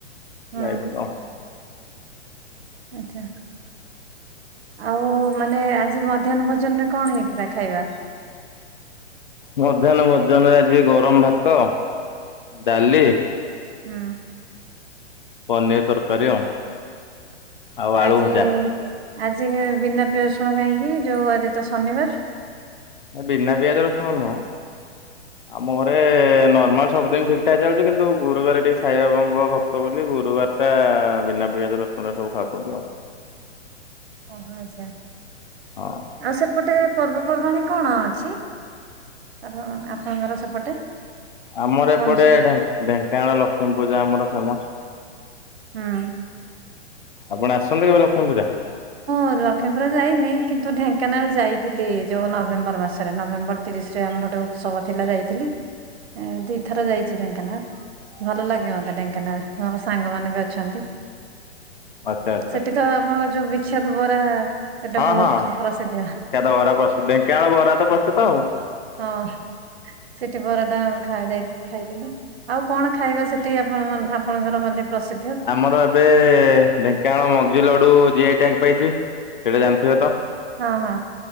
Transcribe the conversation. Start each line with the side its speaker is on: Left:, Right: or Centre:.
Right: ହୁଁ
Left: ଯାଇଥିଲ
Right: ଆଚ୍ଛା। ଆଉ ମାନେ ଆଜି ମଧ୍ୟାହ୍ନ ଭୋଜନରେ କଣ ହେଇଥିଲା ଖାଇବା?
Left: ମଧ୍ୟାହ୍ନ ଭୋଜନରେ ଆଜି ଗରମ ଭାତ, ଡାଲି
Right: ହୁଁ।
Left: ପନିର୍ ତରକାରି ଆଉ। ଆଉ ଆଳୁ
Right: ଆଜି
Left: ଭଜା
Right: ଆଜି ବିନା ପ୍ରିୟାଜୁଶୁଣ କାହିଁକି ଯୋଉ ଆଜି ତ ଶନିବାର?
Left: ଏ ବିନା ପିଆଜ ରସୁଣ ନହଁ। ଆମ ଘରେ ନର୍ମାଲ୍ ସବୁଦିନ୍ ଠିକ୍ ଠାକ୍ ଚାଲିଛି କିନ୍ତୁ ଗୁରୁବାର ଟିକେ ସାଇବାବାଙ୍କର ଭକ୍ତ ବୋଲି ଗୁରୁବାର ଟା ବିନା ପିଆଜ ରସୁଣ ସବୁ ଖାଉଛନ୍ତି ଆଉ।
Right: ଆଚ୍ଛା,
Left: ହଁ
Right: ଆଉ ସେପଟେ ପର୍ବପର୍ବାଣୀ କଣ ଅଛି? ଆପ ଆପଣଙ୍କର ସେପଟେ?
Left: ଆମର
Right: କଣ
Left: ଏପଟେ
Right: ସବୁ
Left: ଢେ ଢେଙ୍କାନାଳ ଲକ୍ଷ୍ମୀ ପୂଜା ଆମର ଫେମସ୍
Right: ହୁଁ।
Left: ଆପଣ ଆସଛନ୍ତି କେବେ ଲକ୍ଷ୍ମୀ ପୂଜା?
Right: <unintelligible> ଲକ୍ଷ୍ମୀପୁର ଯାଇନି କିନ୍ତୁ ଢେଙ୍କାନାଳ ଯାଇଥିଲି ଯୋଉ ନଭେମ୍ବର ମାସରେ ନଭେମ୍ବର ତିରିଶ ରେ ଆମର ଗୋଟେ ଉତ୍ସବ ଥିଲା ଯାଇଥିଲି ଏ ଦି ଥର ଯାଇଛି ଢେଙ୍କାନାଳ। ଭଲ ଲାଗେ ମତେ ଢେଙ୍କାନାଳ ମୋର ସାଙ୍ଗ ମାନେ ବି ଅଛନ୍ତି।
Left: ଆଚ୍ଛା ଆଚ୍ଛା।
Right: ସେଠି ତ ଆପଣଙ୍କର ଯୋଉ ବିଖ୍ୟାତ ବରା ସେଟା
Left: ହଁ
Right: ବହୁତ
Left: ହଁ ବିଖ୍ୟାତ
Right: ପ୍ରସିଦ୍ଧ
Left: ତ ବରା ପ୍ରସିଦ୍ଧ ଢେଙ୍କାନାଳ ବରା ତ ପ୍ରସିଦ୍ଧ ଆଉ।
Right: ହଁ ସେଠି ବରାଟା ଖାଯାଇ ଖାଇଥିଲୁ। ଆଉ କଣ ଖାଇବା ସେଠି ଆପଣମାନ ଆପଣଙ୍କର ମାନେ ପ୍ରସି
Left: ଆମର ଏବେ ଢେଙ୍କାନାଳ ମଗ୍ଜି ଲଡ଼ୁ ଜିଆଇ ଟ୍ୟାଗ ପାଇଛି ସେଇଟା ଜାଣିଥିବେ ତ?
Right: ହଁ ହଁ।